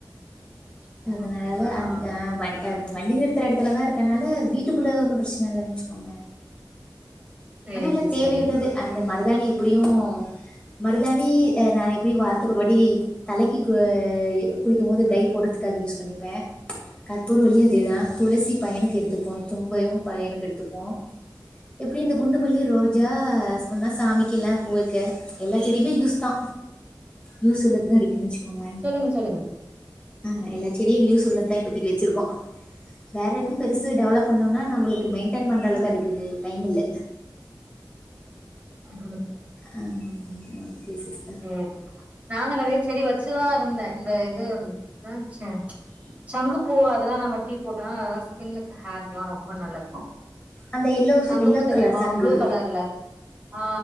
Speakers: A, on the right (about 20°); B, on the left (about 15°).
A: ஓ
B: அதனால
A: அப்டிங்களா
B: அந்த அ வ அ அந்த வண்டி நிறுத்துற எடத்துலதா இருக்கனால வீட்டுக்குள்ள ஒன்னு பிரச்சன இல்லன்னு வச்சுக்கோங்க
A: சேரி
B: ஆனா எல்லா தேவயுள்ளது
A: சேரி
B: அந்த மருதாணி எப்பிடியு மருதானி அ நா எப்படி வாத்துக்கு ஒரு வாட்டி தலைக்கு கு குளிக்கு போது டை இதுகாது யூஸ் பண்ணிப்பே கற்பூரவள்ளி அதேதா துளசி பையனுக் எடுத்துப்போ தும்பையு, பை யனுக்கு எடுத்துப்போ எப்டி இந்த குண்டு மல்லி ரோஜா சொன்னா சாமிக்கு இல்ல பூ வைக்க எல்லா செடியுமே யூஸ்தா யூஸ் உள்ளதா இருக்கு வச்சிக்கோங்களே
A: சொல்லுங்க சொல்லுங்க
B: ஆ எல்லா செடியு யூஸ் உள்ளதா இப்பதைக் வச்சிருக்கோ வேற இன்னு பெருசு டெவலப் பண்ணு ன்னா நம்மளுக்கு மெயின்டே பண்ற அளவு அதுக்கு டைம் இல்ல
A: ம்
B: ஆ பேசஸ்தா
A: ம் நாங்க நெறைய செடி வச்சிதா இருந்தே இந்த இது ஆச்ச சங்குப்பூ அதெல்லா நம்ம டீ போட்டா அதெல்லா ஸ்கின்னுக்கு, ஹேர்க்குல்லா ரொம்ப நல்லருக்கு.
B: அந்த எல்லோ
A: சங்குப்பூ
B: எல்லோ
A: தெரியுமா
B: கலர் சங்கு
A: ப்ளூ கலர்ல ஆ